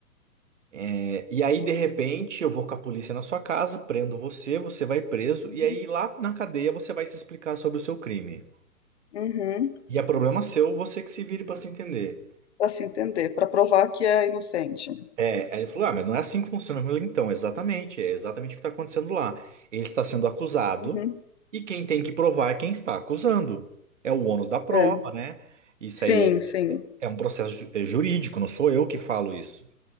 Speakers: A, on the right (about 50°); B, on the left (about 45°).
A: É, e aí, de repente, eu vou com a polícia na sua casa, prendo você, você vai preso,
B: uhum,
A: e aí lá na cadeia você vai se explicar sobre o seu crime.
B: uhum.
A: E é problema seu, você que se vire pra se entender.
B: Para se entender, para provar que é inocente.
A: É, aí ele falou: Ah, mas não é assim que funciona. Eu falei, então, exatamente, é exatamente o que tá acontecendo lá. Ele está sendo acusado,
B: Uhum,
A: e quem tem que provar é quem está acusando. É o ônus da prova,
B: é.
A: né? Isso aí
B: Sim,
A: é
B: sim,
A: é um processo ju- é jurídico, não sou eu que falo isso.